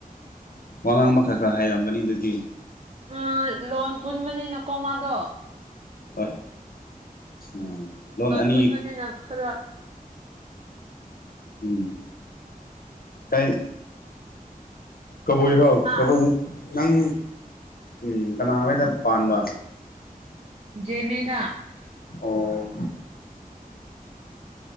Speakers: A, on the left (about 75°); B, on the right (about 45°).
A: ꯋꯥ ꯉꯥꯡꯕ ꯈꯔ ꯈꯔ ꯍꯥꯏꯔꯝꯒꯅꯤ ꯑꯗꯨꯗꯤ
B: ꯎꯝ ꯂꯣꯟ ꯄꯨꯟꯕꯅꯤꯅꯀꯣ ꯃꯗꯣ
A: ꯍꯣꯏ ꯎꯝ ꯂꯣꯟ ꯑꯅꯤ
B: ꯄꯨꯟꯕꯅꯤꯅ ꯈꯔ
A: ꯎꯝ ꯀꯩ ꯀꯕꯨꯏꯔꯣ
B: ꯑꯥ
A: ꯀꯕꯨꯏ ꯅꯪ ꯎꯝ ꯀꯅꯥ ꯍꯣꯏꯗ ꯄꯥꯟꯕ
B: <unintelligible>
A: ꯑꯣ